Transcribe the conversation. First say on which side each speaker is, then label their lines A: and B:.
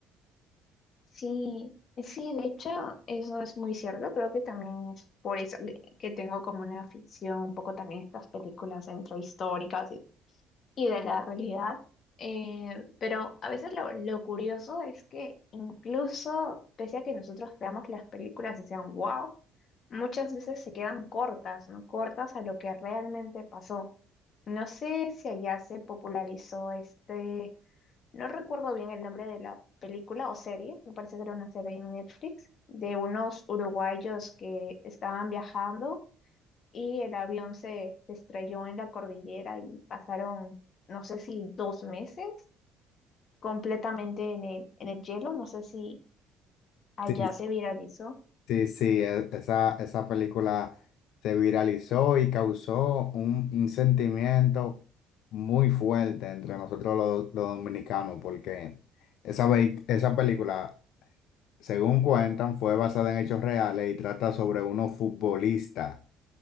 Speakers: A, on the left (about 50°); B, on the left (about 70°).
A: Sí, sí, de hecho, eso es muy cierto. Creo que también es por eso que que tengo como una afición un poco también a estas películas entre históricas y, y de la realidad. Eh, pero a veces lo, lo curioso es que incluso pese a que nosotros veamos las películas y sean wow, muchas veces se quedan cortas, ¿no? Cortas a lo que realmente pasó. No sé si allá se popularizó este no recuerdo bien el nombre de la película o serie, me parece que era una serie en Netflix, de unos uruguayos que estaban viajando y el avión se, se estrelló en la cordillera y pasaron, no sé si dos meses completamente en el, en el hielo, no sé si allá
B: Sí.
A: se viralizó.
B: Sí, sí, e- esa, esa película se viralizó y causó un, un sentimiento muy fuerte entre nosotros los, los dominicanos porque esa, vei- esa película Según cuentan, fue basada en hechos reales y trata sobre unos futbolistas